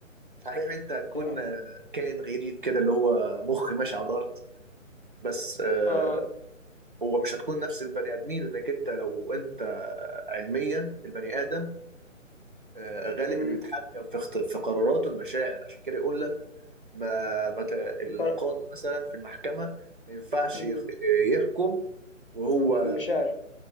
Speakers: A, on the right; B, on the left.
A: صحيح انت هتكون
B: تمام،
A: آه، كائن غريب كده اللي هو مخ ماشي على الارض بس آه،
B: آه،
A: هو مش هتكون نفس البني ادمين لانك انت لو انت علميا البني ادم آه، غالب
B: إمم،
A: اللي بيتحكم في اخت- في قراراته المشاعر عشان كده يقول لك ما ما ت- القاضي
B: فرق
A: مثلا في المحكمه ما ينفعش
B: إمم،
A: يخ- يحكم وهو
B: بالمشاعر.